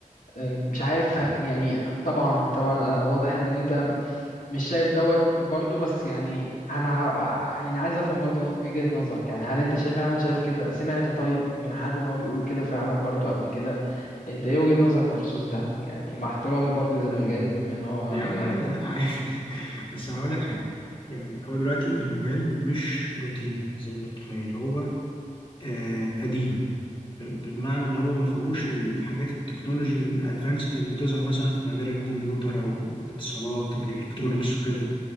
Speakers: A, on the left; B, on the left.
A: آه، مش عارف ه- يعني طبعا طبعا آه، واضح ان انت مش شايف دوت برضو بس يعني انا ه... يعني عايز افهم برضو وجهة نظرك يعني هل انت شايف فعلا شايف كده سمعت طيب من حد ان هو بيقول كده فعلا برضو قبل كده انت ايه وجهة نظرك بخصوص ده يعني مع احترامي برضو للمجال
B: آه،
A: بما ان هو
B: ده يا
A: مجالك
B: عم عادي
A: برضو
B: لا عادي <laughs> بس هقول لك حاجة يعني هو دلوقتي المجال مش روتيني زي ما أنت متخيل هو آه، قديم بمعنى ان هو ما فيهوش الحاجات التكنولوجي الادفانسد اللي بتظهر مثلا في مجال الكمبيوتر او الاتصالات والالكترونيكس وكده